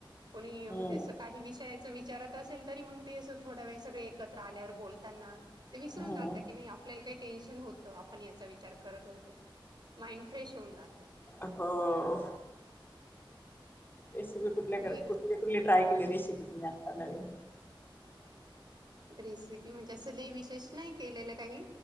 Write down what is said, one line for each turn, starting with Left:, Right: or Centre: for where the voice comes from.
Right: कोणी म्हणजे
Left: हम्म
Right: असं का काही विषयाच विचारत असेल तरी मग ते असं थोडा वेळ सगळे एकत्र आल्यावर बोलताना ते विसरून
Left: हम्म
Right: जाता की नाही आपल्याला काही टेन्शन होतं. आपण याचा विचार करत होतो. माइंड फ्रेश होऊ जात
Left: ह, रसिपी कुठल्या
Right: आणि
Left: करा
Right: एक
Left: कुठली? कुठली ट्राय केली रेसिपी तुम्ही आत्ता नवीन?
Right: रेसिपी म्हणजे अस लय विशेष नाही केलेलं काही.